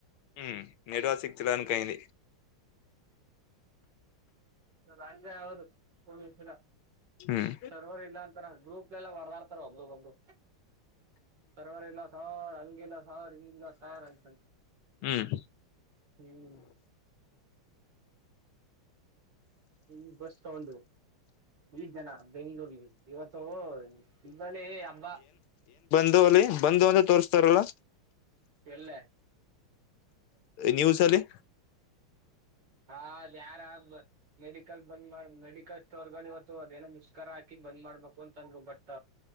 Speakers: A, on the left; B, on the right.
A: ಹ್ಮ್ ನೆಡುವರ್ಕ್ ಸಿಗ್ತಿಲ್ಲ ಅಂಕಡಿ.
B: ಅದಂಗೆ ಆಗದು ಪವಂಸಲ
A: ಹ್ಮ್
B: ಸರ್ವರ್ ಇಲ್ಲ ಅಂತರ ಗ್ರೂಪ್ಲ್ಲ ಹೊಡ್ತಾದ್. ಒಬರಿಗ್ ಒಬ್ಬರು ಸರ್ವೆರ್ ಇಲ್ಲ ಸರ್ ಹಂಗಿಲ್ಲ ಸರ್. ಸ್ರ ಇಲ್ಲ ಸಾರ್ ಅತ
A: ಹ್ಮ್
B: ಹ್ಮ್. ಹ್ಮ ಬಸ್ ಸ್ಟಾಂಡ. ಈ ಜನ ಬೆಂಗಳೂರ್ಲ್ಲಿ ಇವತ್ತು ಇದ್ರಲ್ಲಿ ಹಬ್ಬ.
A: ಬ ಅಲ್ಲಿ ಬಂದು ಅಂತ ತೋರಿಸ್ತಾರಲ್ಲ.
B: ಎಲ್ಲೇ
A: ನ್ಯೂಸಲ್ಲಿ.
B: ಹಾ ಅದ ಯಾರ ಮೆಡಿಕಲ್ ಬಂದ್ ಮಾಡ ಮೆಡ ಸ್ಟೋರ್ ಇವತ್ತು ಅದೇನೋ ಮುಷ್ಕಾರರ ಹಾಕಿ ಬಂದ್ ಮಾಡ್ಬೇಕು ಅಂತಂದ್ರು ಬಟ್